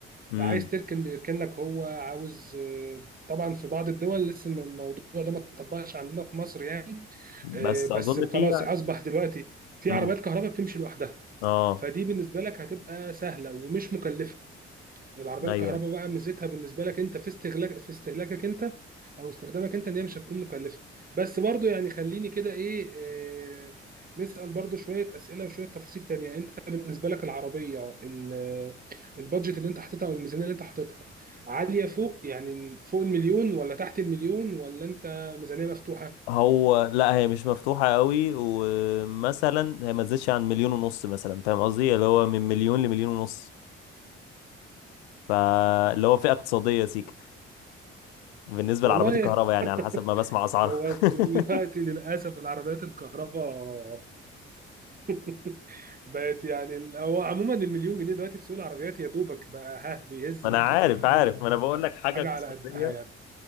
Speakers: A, on the left; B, on the right.
A: امم
B: عايز تركن بيركن لك هو عاوز آه، طبعا في بعض الدول لسه الموضوع ده ما اتطبقش عندنا في مصر يعني
A: بس
B: آه، بس
A: اظن
B: خلاص
A: فيها
B: اصبح دلوقتي في
A: امم
B: عربيات كهرباء بتمشي لوحدها
A: اه
B: فدي بالنسبه لك هتبقى سهله ومش مكلفه يعني العربيه
A: ايوه
B: الكهرباء بقى ميزتها بالنسبه لك انت في استهلاك في استهلاكك انت او استخدامك انت ان هي مش هتكون مكلفه بس برضو يعني خليني كده ايه آه، نسال برضو شويه اسئله وشويه تفاصيل تانية انت بالنسبه لك العربيه ال- البادجت اللي انت حاططها او الميزانيه اللي انت حاططها عاليه فوق يعني فوق المليون ولا تحت المليون ولا انت ميزانيه مفتوحه؟
A: هو لا هي مش مفتوحة قوي ومثلا هي ما تزيدش عن مليون ونص مثلا فاهم قصدي اللي هو من مليون لمليون ونص فاللي هو فئة اقتصادية سيك
B: مم.
A: بالنسبة
B: والله
A: لعربيات الكهرباء يعني على حسب ما بسمع
B: <laughs>
A: أسعارها
B: هو دلوقتي
A: <laughs>
B: للأسف العربيات الكهرباء <laughs> بقت يعني ال- هو عموما المليون جنيه دلوقتي في سوق العربيات يا دوبك بقى ها بيهز
A: ما
B: معاك
A: أنا عارف
B: يجيب حاجة
A: عارف ما أنا بقول لك حاجة
B: حاجة
A: اقتصادية
B: على قدها يعني